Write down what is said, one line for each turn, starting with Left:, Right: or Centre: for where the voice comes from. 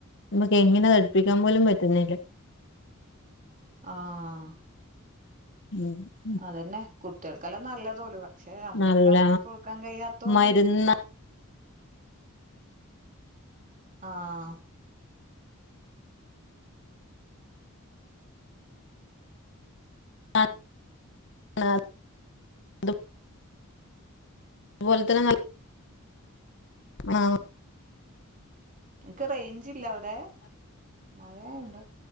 Left: നമുക്ക് എങ്ങനെ അത് അടുപ്പിക്കാൻ പോലും പറ്റുന്നില്ല
Right: ആഹ്
Left: ഉം ഉം
Right: അതന്നെ കുട്ടികൾക്കെല്ലാം നല്ലതോലു പക്ഷെ അമ്മക്ക
Left: നല്ല
Right: ആക്കി കൊടുക്കാൻ കയ്യാത്തോണ്ട്
Left: മരുന്ന്
Right: ആഹ്
Left: <unintelligible> പോലത്തന്നെ നൽ <unintelligible>
Right: നിക്ക് റേഞ്ചില്ല അവ തേ മഴയായോണ്ടാ